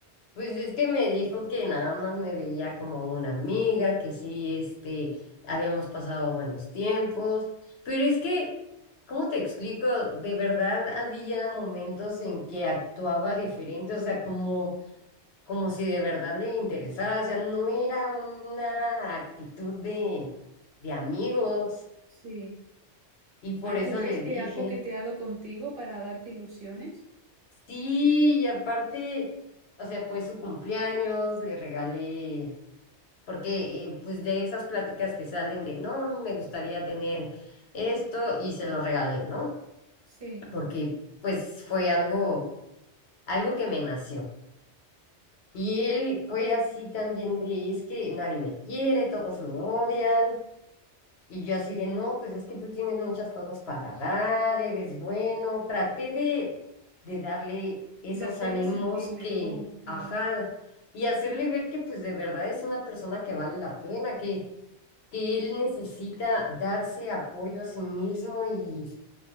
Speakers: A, on the left; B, on the right.
A: Pues es que me dijo que nada más me veía como una amiga, que sí, este, habíamos pasado buenos tiempos, pero es que, ¿cómo te explico? De verdad había momentos en que actuaba diferente, o sea, como, como si de verdad le interesara, o sea, no era una actitud de, de amigos,
B: Sí.
A: y por
B: Ay,
A: eso
B: ¿tú crees
A: le dije,
B: que ha coqueteado contigo para darte ilusiones?
A: sí, y aparte, o sea, fue su cumpleaños, le regalé. porque eh, pues de esas pláticas que salen de, no, me gustaría tener esto y se lo regalé, ¿no?
B: Sí,
A: Porque pues fue algo, algo que me nació. Y él fue así también de, es que nadie me quiere, todos me odian. Y yo así de, no, pues es que tú tienes muchas cosas para dar, eres bueno. Traté de, de darle esos
B: de hacerle
A: ánimos
B: sentir
A: que,
B: mejor, claro.
A: ajá, y hacerle ver que pues de verdad es una persona que vale la pena, que que él necesita darse apoyo a sí mismo y